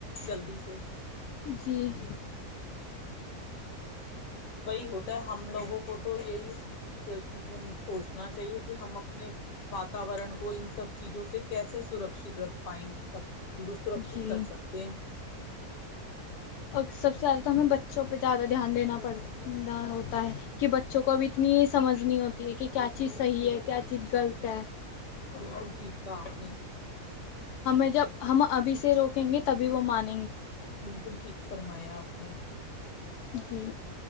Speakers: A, on the left; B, on the left.
A: جلدی سے
B: جی <inaudible>
A: وہی ہوتا ہے ہم لوگوں کو تو یہی ت سوچنا چاہیے کہ ہم اپ اپنے واتورن کو ان سب چیزوں سے کیسے سرکشت رکھ پائن سک سرکشت
B: جی
A: کر سکتے ہیں
B: اور سب سے زیادہ تو ہمیں بچوں پہ زیادہ دھیان دینا پڑ ہوتا ہے کہ بچوں کو اب اتنی سمجھ نہیں ہوتی ہے کہ کیا چیز صحیح ہے کیا چیز غلط ہے
A: بالکل ٹھیک پاپ نے
B: ہمیں جب ہم ابھی سے روکیں گے تبھی وہ مان
A: بالکل ٹھیک فرمایا آپ نے
B: جی